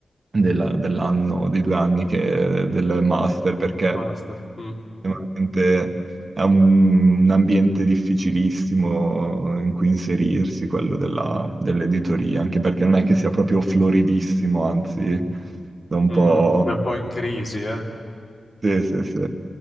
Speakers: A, on the right; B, on the left.
A: della- dell'anno, dei due anni che- del master, perché
B: Il master, Mm,
A: veramente è un, un ambiente difficilissimo in cui inserirsi, quello della- dell'editoria, anche perché non è che sia proprio floridissimo, anzi, da un po'...
B: mm, è un po' in crisi, eh?
A: Sì, sì, sì.